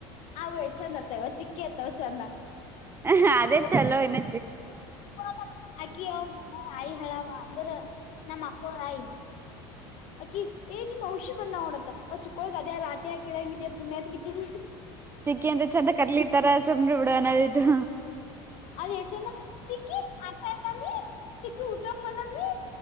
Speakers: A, on the left; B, on the right.
A: ಅವು ಎಸ್ಟ್ ಚಂದ ಆತ್ತಾವ ಚಿಕ್ಕಿ ಅತ್ತಾವ ಚಂದ
B: ಹ ಅದೇ ಚಲೋ ಇನ್ನ
A: <inaudible> ಅಕ್ಕಿ ಅವ್ರ ಮನೆಯ ಆಯಿ ಹೇಳವಾ ಅಂದ್ರ ನಮ್ಮ್ ಅಕ್ಕೋರ ಆಯಿ ಅಕಿ ಏ ನಿಮ್ಮ ಔಷದ - ಬಂದಾವ ನೋಡ ಅಂತ ಅವ ಚುಕ್ಕೋಳಗ ಅದ ರಾಟಿ ಕಿಳಂಗಿದ ಪುಣ್ಯಾತ್ಗಿತ್ತಿ-
B: ಚಿಕ್ಕಿ ಅಂತ ಚಂದ ಕರ್ಲಿತಾರ ಸುಮ್ರ ಬಿಡ ಅನ್ನೋದ ಇತ್ತು.
A: ಅದ ಎಸ್ಟ ಚಂದ ಚಿಕ್ಕಿ ಆಟ ಆತ್ ಅಮ್ಮೀ ಚಿಕ್ಕಿ ಊಟ ಮಾಡೋನಮ್ಮಿ.